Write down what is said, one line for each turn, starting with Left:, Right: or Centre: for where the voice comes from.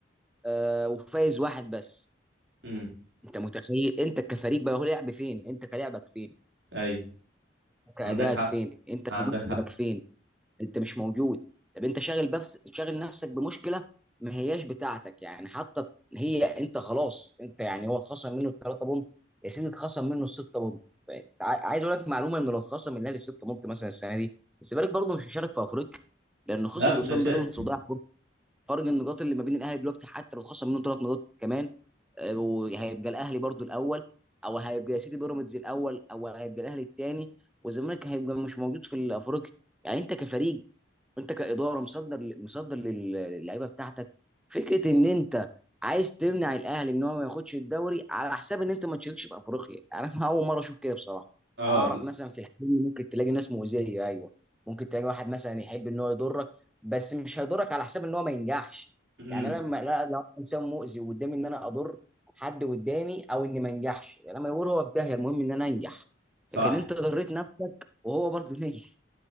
Centre: آه، وفايز واحد بس
Right: امم
Centre: انت متخيل انت كفريق بقى هو لعب فين انت كلاعبك فين
Right: ايوه
Centre: كادائك
Right: عندك حق
Centre: فين انت
Right: عندك
Centre: كمكسبك
Right: حق
Centre: فين انت مش موجود طب انت شاغل بس شاغل نفسك بمشكله ما هياش بتاعتك يعني حتى هي انت خلاص انت يعني هو اتخصم منه الثلاثه بونت يا سيدي اتخصم منه السته بونت ف- عاي- عايز اقول لك معلومه انه لو اتخصم من الاهلي السته بونت مثلا السنه دي الزمالك برضه مش هيشارك في افريقيا لانه خسر
Right: لا مش
Centre: قدام
Right: هيشارك
Centre: بيراميدز وضيع فرصة. فرق النقاط اللي ما بين الاهلي دلوقتي حتى لو خسر منه ثلاث نقاط كمان آه، وهيبقى الاهلي برضه الاول او هيبقى يا سيدي بيراميدز الاول او هيبقى الاهلي الثاني والزمالك هيبقى مش موجود في الافريقيا يعني انت كفريق انت كاداره مصدر مصدر للعيبه بتاعتك فكره ان انت عايز تمنع الاهلي ان هو ما ياخدش الدوري على حساب ان انت ما تشاركش في افريقيا <laughs> انا يعني اول مره اشوف كده بصراحه
Right: اه
Centre: انا اعرف
Right: ل-
Centre: مثلا في الحلم ممكن تلاقي ناس مؤذيه ايوه ممكن تلاقي واحد مثلا يحب ان هو يضرك بس مش هيضرك على حساب ان هو ما ينجحش
Right: امم
Centre: يعني انا لما لا لو أنا انسان مؤذي وقدامي ان انا اضر حد قدامي او اني ما انجحش لما يقول هو في داهيه المهم ان انا انجح
Right: صح
Centre: لكن انت ضريت نفسك وهو برضه نجح